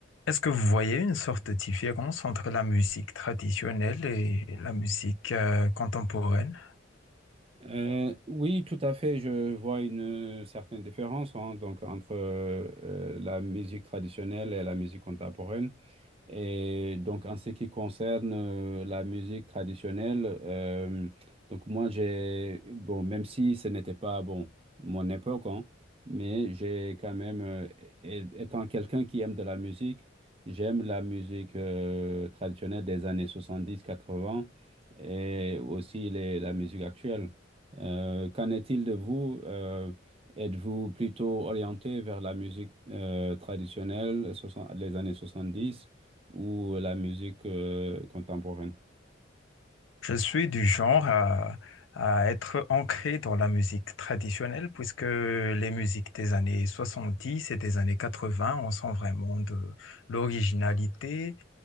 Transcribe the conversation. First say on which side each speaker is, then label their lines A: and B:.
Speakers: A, on the left (about 80°); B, on the right (about 30°).
A: Est-ce que vous voyez une sorte de différence entre la musique traditionnelle et la musique euh, contemporaine?
B: Euh, oui, tout à fait. Je vois une certaine différence hein, donc, entre euh, la musique traditionnelle et la musique contemporaine. Et donc, en ce qui concerne euh, la musique traditionnelle, euh, donc moi, j'ai, bon, même si ce n'était pas, bon, mon époque, hein, mais j'ai quand même, euh, é- étant quelqu'un qui aime de la musique, j'aime la musique euh, traditionnelle des années 70-80 et aussi les- la musique actuelle. Euh, qu'en est-il de vous? Euh, êtes-vous plutôt orienté vers la musique euh, traditionnelle, soixante- les années 70? ou la musique euh, contemporaine?
A: Je suis du genre à, à être ancré dans la musique traditionnelle puisque les musiques des années 70 et des années 80, on sent vraiment de l'originalité.